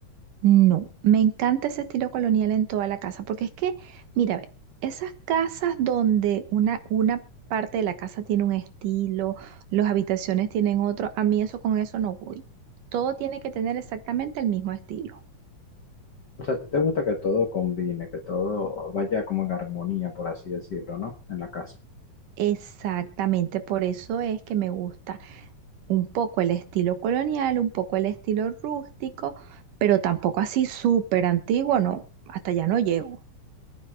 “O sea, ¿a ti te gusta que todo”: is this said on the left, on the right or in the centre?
Left